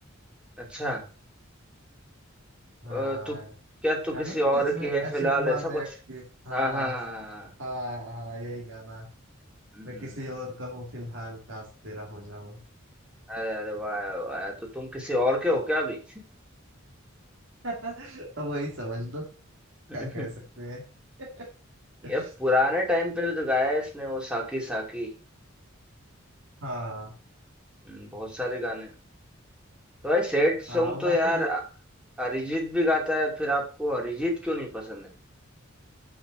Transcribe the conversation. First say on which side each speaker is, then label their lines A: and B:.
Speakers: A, in the centre; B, on the right.
A: अच्छा
B: हाँ
A: अ, तू क्या तू
B: गाना
A: किसी
B: ना
A: और
B: जिसमें
A: की
B: अक्षय
A: है फिलहाल
B: कुमार
A: ऐसा
B: ने
A: कुछ
B: act किया। हाँ
A: हाँ हाँ हाँ हाँ, हाँ।
B: हाँ हाँ यही गाना
A: हम्म,
B: मैं किसी और का हूँ फिलहाल काश तेरा हो जाऊं
A: अरे अरे वाह वाह तो तुम किसी और के हो क्या अभी
B: <laughs> अब वही समझ लो क्या
A: <laughs>
B: कह सकते हैं <laughs>
A: ये पुराने टाइम पे भी तो गाया है इसने वो साकी साकी
B: हाँ
A: हम्म, बहुत सारे गाने तो भाई सैड सॉन्ग
B: हाँ और
A: तो
B: बाकी
A: यार
B: ज-
A: अ- अरिजीत भी गाता है फिर आपको अरिजीत क्यों नहीं पसंद है